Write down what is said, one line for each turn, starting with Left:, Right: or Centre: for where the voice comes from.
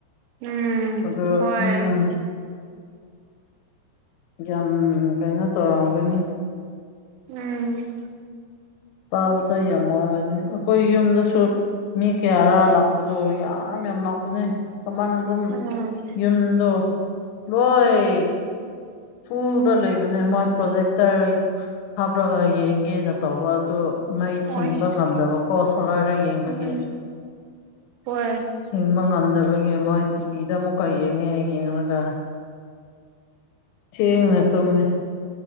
Right: ꯎꯝ
Left: ꯑꯗꯨ
Right: ꯍꯣꯏ
Left: ꯎꯝ ꯌꯥꯝ ꯀꯩꯅꯣ ꯇꯧꯔꯝꯒꯅꯤ
Right: ꯎꯝ
Left: ꯇꯥꯕꯇ ꯌꯥꯝ ꯋꯥꯒꯅꯤ ꯑꯩꯈꯣꯏ ꯌꯨꯝꯗꯁꯨ ꯃꯤ ꯀꯌꯥꯔ ꯂꯥꯛꯄꯗꯣ ꯌꯥꯝ ꯌꯥꯝ ꯂꯥꯛꯄꯅꯦ ꯀꯃꯟ ꯔꯨꯝ
Right: ꯎꯝ
Left: ꯌꯨꯝꯗꯣ ꯂꯣꯏ ꯐꯨꯜꯗ ꯂꯩꯕꯅꯦ ꯃꯣꯏ ꯄ꯭ꯔꯣꯖꯦꯛꯇꯔ ꯍꯥꯞꯔꯒ ꯌꯦꯡꯒꯦꯅ ꯇꯧꯕ ꯑꯗꯨ ꯃꯩ
Right: ꯑꯣꯏꯁ
Left: ꯆꯤꯡꯕ ꯉꯝꯗꯕꯀꯣ ꯁꯣꯂꯥꯔꯗꯩ ꯌꯦꯡꯕꯒꯤ
Right: ꯎꯝ ꯍꯣꯏ
Left: ꯁꯤꯡꯕ ꯉꯝꯗꯕꯒꯤ ꯃꯣꯏ ꯇꯤꯚꯤꯗ ꯑꯃꯨꯛꯀ ꯌꯦꯡꯉꯦ ꯌꯦꯡꯂꯒ ꯊꯦꯡꯅ ꯇꯨꯝꯃꯦ